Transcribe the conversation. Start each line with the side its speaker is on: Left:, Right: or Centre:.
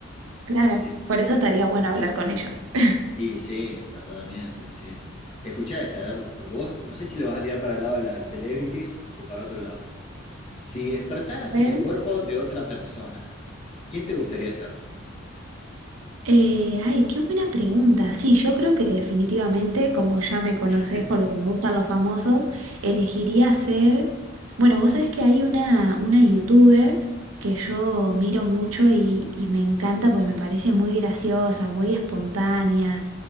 Right: claro.
Left: sí.
Right: Por eso estaría bueno hablar con ellos. <laughs>
Left: Y sí, totalmente, sí. Escuchá esta, a ver, porque vos no sé si lo vas a tirar para el lado de las celebrities o para otro lado. Si despertaras
Right: A ver.
Left: en el cuerpo de otra persona, ¿quién te gustaría ser?
Right: Eh, ay, qué buena pregunta. Sí, yo creo que definitivamente, como ya me conoces
Left: <laughs>
Right: con lo que me gustan los famosos, elegiría ser... Bueno, vos sabés que hay una, una youtuber que yo miro mucho y, y me encanta, pues me parece muy graciosa, muy espontánea,